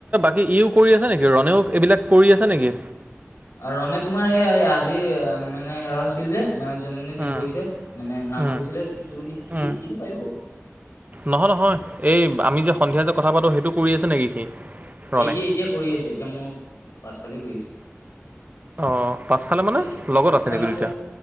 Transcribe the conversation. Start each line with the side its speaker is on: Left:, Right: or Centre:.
Right: ই ইও কৰি আছে নেকি? ৰণেও এইবিলাক কৰি আছে নেকি?
Left: আ' ৰনে তোমাৰ সেয়া এ আজি- মানে সেৱা হৈছিল যে মা, যোনে যোনে যি
Right: উম,
Left: কৰিছে মানে নাম
Right: উম,
Left: কৰিছিলে সিওঁ দি সি
Right: উম।
Left: সিটো পাৰিব।
Right: নহয় নহয়। এই আমি যে সন্ধিয়া যে কথা পাতোঁ সেইটো কৰি আছে নেকি সি? ৰণে
Left: এতিয়া এতিয়া কৰি আছে, এতিয়া মোৰ পাছফালে কৰি আছে।
Right: অ', পাছফালে মানে
Left: সিটো
Right: লগত আছে
Left: মানে
Right: নেকি দুইটা?
Left: মোৰ